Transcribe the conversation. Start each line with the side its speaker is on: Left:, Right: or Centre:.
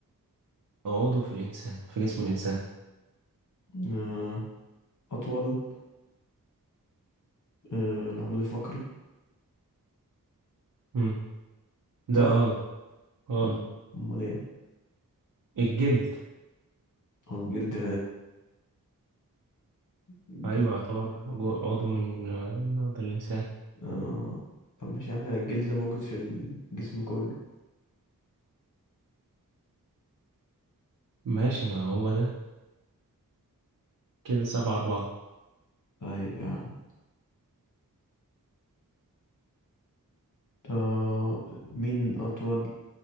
Right: عضو في الإنسان في جسم الإنسان؟
Left: آه. أطول آه، العمود الفقري
Right: مم. ده
Left: صح
Right: غلط غلط
Left: مم. امال ايه
Right: الجلد
Left: هو الجلد جلد
Right: أيوة يعتبر جو- عضو من من أعضاء الإنسان
Left: اه طب مش يا عم لا، الجلد ده موجود في الجسم كله
Right: ماشي ما هو ده كده سبعة أربعة
Left: طيب يا عم طب مين اطول